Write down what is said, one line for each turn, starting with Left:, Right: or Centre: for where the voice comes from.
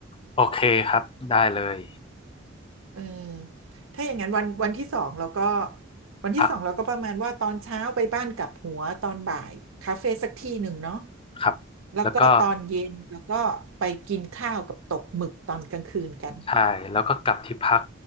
Left: โอเคครับได้เลย
Right: เออถ้าอย่างนั้นวันวันที่สองเราก็วันที่สองเราก็ประมาณว่าตอนเช้าไปบ้านกลับหัวตอนบ่ายคาเฟ่สักที่หนึ่งเนาะ
Left: พักครับแล้วก็
Right: แล้วก็ตอนเย็นแล้วก็ไปกินข้าวกับตกหมึกตอนกลางคืนกัน
Left: ใช่แล้วก็กลับที่พัก